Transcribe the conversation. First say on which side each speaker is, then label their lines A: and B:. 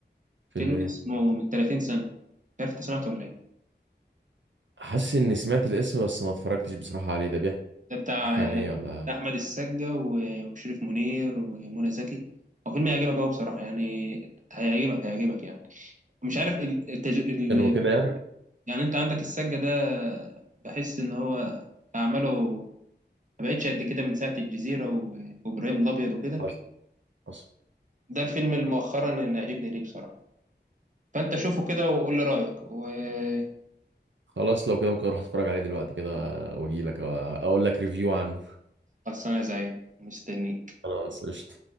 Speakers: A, on the right (about 85°); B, on the right (about 45°).
A: فيلم
B: فيلم
A: ايه
B: اسمه من 30 سنه مش عارف انت سمعته ولا ايه
A: حاسس اني سمعت الاسم بس ما اتفرجتش بصراحة عليه ده بيحكي
B: ده بتاع
A: بيحكي عن ايه ولا
B: بتاع احمد السقا و- وشريف منير ومنى زكي هو فيلم هيعجبك قوي بصراحه يعني هيعجبك هيعجبك يعني مش عارف ال- التج... ال...
A: انه كده يعني
B: يعني انت عندك السقا ده بحس ان هو اعماله ما بقتش قد كده من ساعه الجزيره و... وابراهيم الابيض وكده
A: خلاص خلاص.
B: ده الفيلم اللي مؤخرا اللي عجبني ليه بصراحه فانت شوفه كده وقول لي رايك وخلصانه
A: خلاص، لو كده ممكن اروح اتفرج عليه دلوقتي كده واجي لك اقول لك ريفيو عنه
B: يا زعيم مستنيك
A: خلاص قشطة